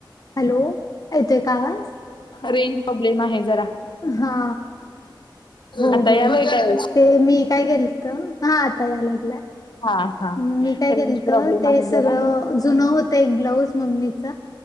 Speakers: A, on the left (about 45°); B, on the left (about 65°).
A: हॅलो येतोय का आवाज?
B: रेंज प्रॉब्लेम आहे जरा
A: हा हो
B: आता
A: हो
B: यालाय
A: हो
B: काय वेळेस?
A: ते मी काय केेलत हा आता याय लागलाय.
B: हा हा
A: मी काय
B: रेंज
A: केलंत
B: प्रॉब्लेम
A: ते
B: आहे जरा
A: सगळं जुनं होत एक ब्लाऊज मम्मीच